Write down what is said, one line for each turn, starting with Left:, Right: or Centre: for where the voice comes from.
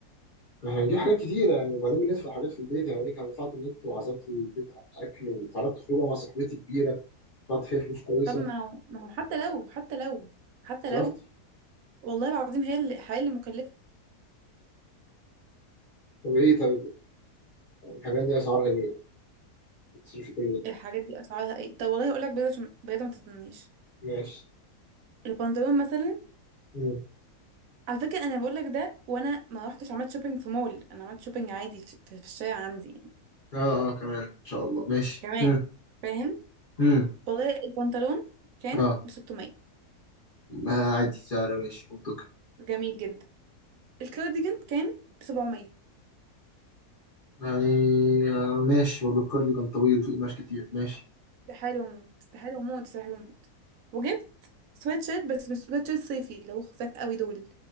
Left: ما احنا هنجيب حاجات كتيره يعني وبعدين بندفع حاجات في البيت يعني انا دفعت النت وعزمت البيت على الاكل وخرجت خروجه مع صاحبتي كبيره دفعت فيها فلوس كويسه
Right: طب ما هو ما هو حتى لو حتى لو حتى
Left: صرفت
Right: لو والله العظيم هي اللي- الحياه اللي مكلفه
Left: طب ايه طيب يعني الحاجات دي اسعارها ايه؟ تصرفي كل ده
Right: الحاجات دي اسعارها ايه طب والله هقول لك بجد عشان بجد ما تظنيش
Left: ماشي
Right: البنطلون مثلا
Left: مم.
Right: على فكره انا بقول لك ده وانا ما رحتش عملت شوبينج في مول انا عملت شوبينج عادي في, في, في الشارع عندي يعني
Left: اه اه كمان ان شاء الله ماشي
Right: كمان
Left: مم.
Right: فاهم
Left: مم.
Right: والله البنطلون كان
Left: اه
Right: ب 600
Left: ما عادي سعر ماشي منطقي
Right: جميل جدا الكارديجان كان بسبعمية
Left: يعني آه ماشي برضه الكارديجان طويل وفيه قماش كتير ماشي
Right: استحالة وموت استحالة وموت استحالة وموت وجبت سويت شيرت بس مش سويت شيرت صيفي اللي هو خفاف قوي دول